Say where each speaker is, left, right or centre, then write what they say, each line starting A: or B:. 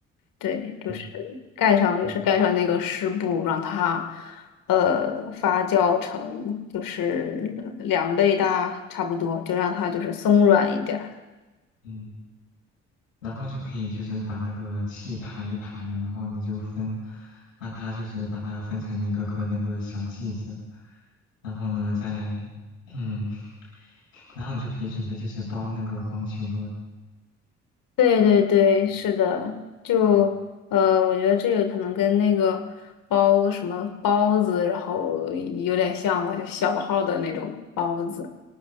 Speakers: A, on the left; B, on the left.
A: 对，就是盖上也是盖上那个湿布，
B: 对，嗯
A: 让它呃发酵成就是两倍大差不多，就让它就是松软一点儿。
B: 嗯。然后就可以就是把那个气排一排了，然后呢就分，把它就是把它分成一个个那个小剂子，然后呢再，<clears throat> 嗯，<laughs> 然后你就可以准备就是包那个黄球了。
A: 对对对，
B: 嗯
A: 是的，就呃，
B: 嗯
A: 我觉得这个可能跟那个包什么包子，然后有点像吧，就小号的那种包子，